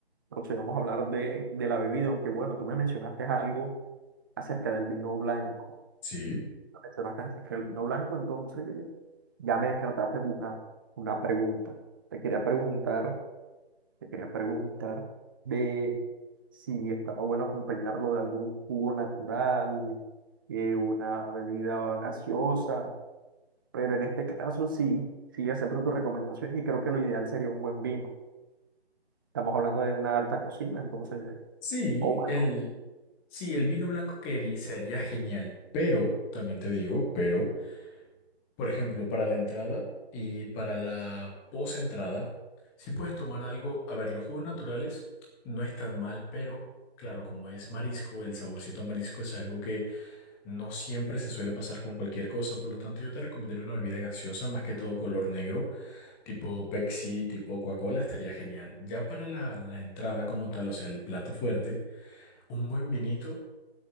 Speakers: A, on the right; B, in the centre.
A: procedamos a hablar de, de la bebida, aunque bueno, tú me mencionaste algo acerca del vino blanco.
B: sí.
A: Me Mencionaste acerca del vino blanco, entonces ya me descartaste una, una pregunta. Te quería preguntar Te quería preguntar de si estaba bueno acompañarlo de algún jugo natural, eh, una bebida gaseosa, pero en este caso sí, sí acepto tu recomendación y creo que lo ideal sería un buen vino. Estamos hablando de una alta cocina, entonces,
B: Sí,
A: o bueno,
B: el, sí, el vino blanco que herí- sería genial, pero, también te digo, pero, por ejemplo, para la entrada y para la post-entrada, si puedes tomar algo, a ver, los jugos naturales no es tan mal, pero, claro, como es marisco, el saborcito a marisco es algo que no siempre se suele pasar con cualquier cosa, por lo tanto yo te recomendaría una bebida gaseosa, más que todo color negro, tipo Pepsi, tipo Coca-Cola, estaría genial. Ya para la, la entrada como tal, o sea, el plato fuerte, un buen vinito.